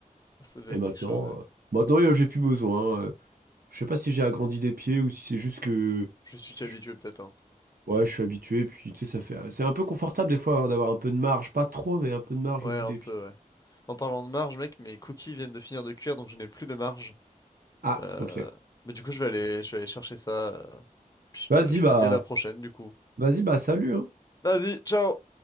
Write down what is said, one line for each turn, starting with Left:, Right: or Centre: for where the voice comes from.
Left: Ça doit
Right: Et
Left: être
Right: maintenant,
Left: quelque chose, ouais.
Right: euh, maintenant euh, j'ai plus besoin. euh. je sais pas si j'ai agrandi des pieds ou si c'est juste que.
Left: Je suis
Right: c'est-
Left: habitué
Right: je-
Left: peut-être, hein.
Right: Ouais, je suis habitué, puis tu sais, ça fait. C'est un peu confortable des fois d'avoir un peu de marge. Pas trop, mais un peu de marge
Left: Ouais,
Right: au bout
Left: un
Right: des
Left: peu,
Right: pieds.
Left: ouais. En parlant de marge, mec, mes cookies viennent de finir de cuire, donc je n'ai plus de marge.
Right: Ah,
Left: Euh...
Right: ok.
Left: Mais du coup, je vais aller, je vais aller chercher ça. euh, Puis je
Right: Vas-y,
Left: te, je
Right: bah.
Left: te dis à la prochaine, du coup.
Right: Vas-y, bah, salut, hein.
Left: Vas-y, ciao!